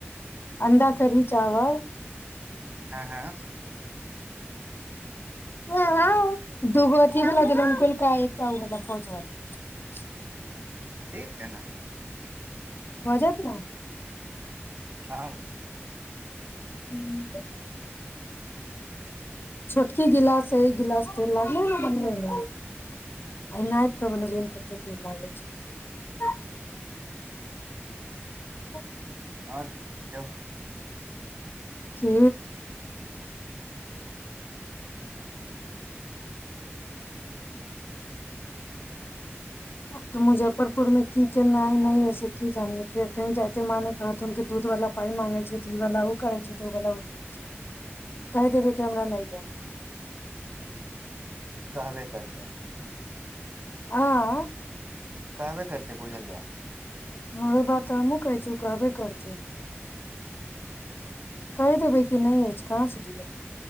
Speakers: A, on the left; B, on the right.
A: अण्डा करी चावल
B: हाँ
A: ह दगो अथका एकटा पहुच <unintelligible>
B: ठीक है ने
A: भऽ जायत ने
B: आहाँ
A: हूँ छोटकी गिलास एक गिलास तेल लागल बनबैमे आ नापि कऽ बनेलियै कते तेल लागै छै <inaudible>
B: आओर कहियो
A: की ब तऽ मुजफ्फरपुरमे की केनाइ नहि ऐस की जानियै फेर कही जायते माँ ने कहत हुनके दूध वला पाइ मांगै छै तऽ ई वाला ओ करै छै तऽ ओ वा ओ करै छै कहि देबै कि हमरा नहि या
B: कहबे करतै
A: आँ
B: कहबे करतेै बुझल लिया
A: ओहे बात तऽ हमहूँ कहै छी कहबे करत कहि देबै कि नहि अछि कहाँसँ दियौ